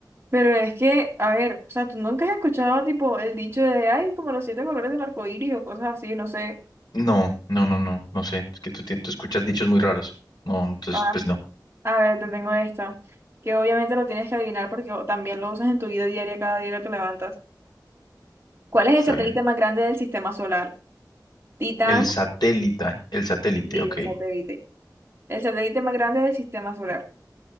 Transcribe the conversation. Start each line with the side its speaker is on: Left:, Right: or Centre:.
Right: Pero es que, a ver, o sea, tú nunca has escuchado tipo el dicho de, ay, como los siete colores del arco iris o cosas así, no sé.
Left: No, no, no, no, no sé. Es que tú, ti- tú escuchas dichos muy raros. No, entonces,
Right: Ah,
Left: pues no.
Right: a ver, te tengo esta, que obviamente lo tienes que adivinar porque o- también lo usas en tu vida diaria cada día que te levantas. ¿Cuál es el
Left: Está
Right: satélite
Left: bien.
Right: más grande del sistema solar? Titán,
Left: El satélite, el satélite,
Right: sí,
Left: ok.
Right: el satélite. El satélite más grande del sistema solar.